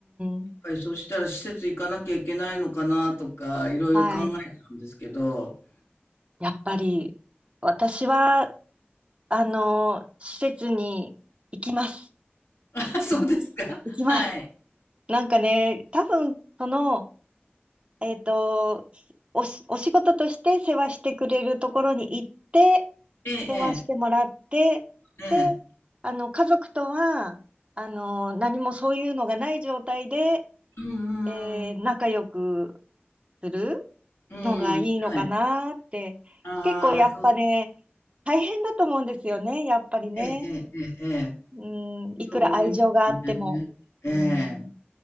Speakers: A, on the right; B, on the left.
A: ん、
B: ぱりそしたら施設行かなきゃいけないのかなとか、いろいろ考えちゃうんですけど。
A: はい。やっぱり、私は、あの、施設に行きます。
B: <laughs> あ、そうですか。
A: うん、行きます。
B: <laughs> はい。
A: なんかね、多分、その、えっと、おし、お仕事として世話してくれるところに行って、
B: ええ、
A: 世話してもらって、
B: ええ、ええ。
A: で、あの、家族とは、あの、何もそういうのがない状態で、
B: うん、
A: えー仲良く
B: うん、
A: する
B: うん。うんはい。
A: のがいいのかなって、
B: ああ、
A: 結構やっぱね、
B: そう。
A: 大変だと思うんですよね、やっぱりね。
B: ええ、ええ。ええ
A: うん、いくら愛情があっても、
B: そう思いますね。え
A: うん、
B: え。